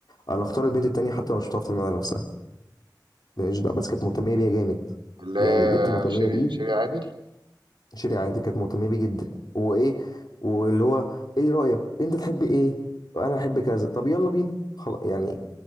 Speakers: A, on the left; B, on the right.
A: انا اختار البنت التانية حتى لو مش بتعرف تجمع نفسها ماليش دعوة، بس كانت مهتميه بيا جامد
B: اللي هي
A: يعني البنت المهتميه
B: شيري
A: دي
B: شيري عادل
A: شيري عادي كانت مهتميه بيه جدا وايه واللي هو ايه اللي رايك انت تحب ايه انا احب كذا طب يلا بينا خلاص يعني